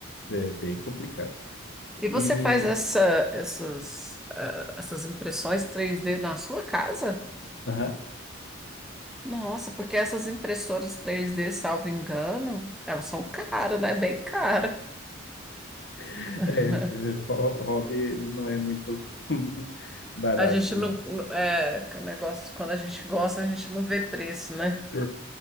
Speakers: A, on the left (about 55°); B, in the centre.
A: é bem complicado.
B: E você
A: E,
B: faz essa, essas, ah, essas impressões 3D na sua casa?
A: Aham.
B: Nossa, porque essas impressoras 3D, salvo engano, elas são caras, né? Bem caras.
A: É,
B: <laughs>
A: ho- hobby não é muito <laughs> barato,
B: A gente
A: não.
B: não, não- é, que o negócio, quando a gente gosta, a gente não vê preço, né?
A: É.